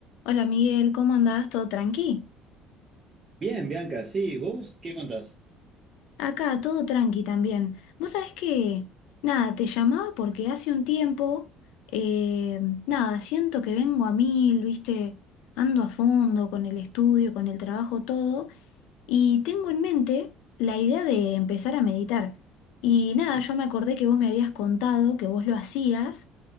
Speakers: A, on the left; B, on the right.
A: Hola Miguel, ¿cómo andás? ¿Todo tranqui?
B: Bien, Bianca, sí, ¿vos qué contás?
A: Acá, todo tranqui también. Vos sabés que, nada, te llamaba porque hace un tiempo, eh, nada, siento que vengo a mil, viste, ando a fondo con el estudio, con el trabajo, todo, y tengo en mente la idea de empezar a meditar. Y nada, yo me acordé que vos me habías contado que vos lo hacías.